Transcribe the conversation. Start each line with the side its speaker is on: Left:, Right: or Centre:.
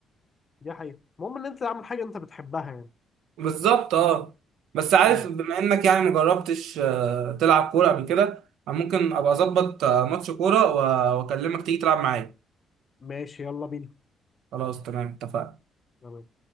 Left: دي حقيقه المهم ان انت تعمل حاجه انت بتحبها يعني
Right: بالظبط اه بس عارف
Left: مم.
Right: بما انك يعني مجربتش آه، تلعب كوره قبل كده أنا ممكن ابقى اظبط آه، ماتش كوره و- واكلمك تيجي تلعب معايا
Left: ماشي يلا بينا
Right: خلاص تمام اتفقنا
Left: تمام.